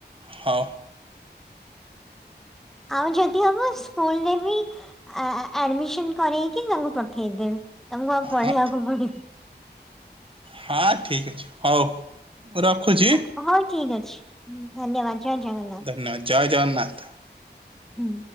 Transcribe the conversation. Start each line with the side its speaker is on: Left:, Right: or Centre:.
Right: ହଉ।
Centre: ଆଉ ଯଦି ହବ ସ୍କୁଲରେ ବି ଆ ଆ ଆଡମିସନ କରେଇକି ତାଙ୍କୁ ପଠେଇଦେବେ। ତମକୁ ଆଉ ପଢେଇବାକୁ
Right: ହଁ
Centre: <unintelligible>
Right: ହଁ ଠିକ ଅଛି ହଉ ମୁଁ ରଖୁଚି।
Centre: ହଁ ହଉ ଠିକ୍ ଅଛି ଧନ୍ୟବାଦ ଜୟ ଜଗନ୍ନାଥ।
Right: ଧନ୍ୟବାଦ ଜୟ ଜଗନ୍ନାଥ।
Centre: ହୁଁ।